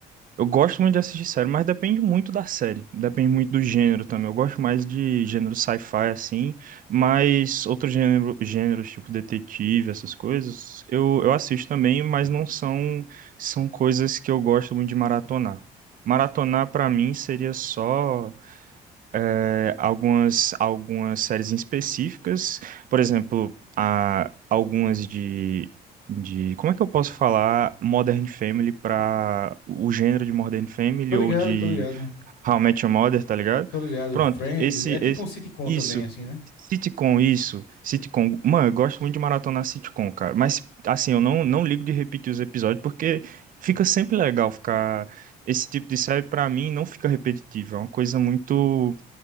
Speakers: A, on the right (about 55°); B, on the left (about 80°).
A: Eu gosto muito de assistir série, mas depende muito da série. Depende muito do gênero também. Eu gosto mais de gênero sci-fi, assim, mas outros gênero, gêneros, tipo detetive, essas coisas, eu, eu assisto também, mas não são, são coisas que eu gosto muito de maratonar. Maratonar, pra mim, seria só é, algumas, algumas séries em específicas, por exemplo, a, algumas de, de. Como é que eu posso falar Modern Family para o gênero de Modern Family
B: Tô ligado,
A: ou de
B: tô ligado.
A: How I Met Your Mother, tá ligado?
B: Tô ligado.
A: Pronto,
B: Friends,
A: esse,
B: é tipo
A: esse
B: um sitcom
A: isso.
B: também assim, né?
A: Sitcom, isso. Sitcom. Mano, eu gosto muito de maratonar sitcom, cara. Mas, assim, eu não, não ligo de repetir os episódios porque fica sempre legal ficar. Esse tipo de série, pra mim, não fica repetitivo. É uma coisa muito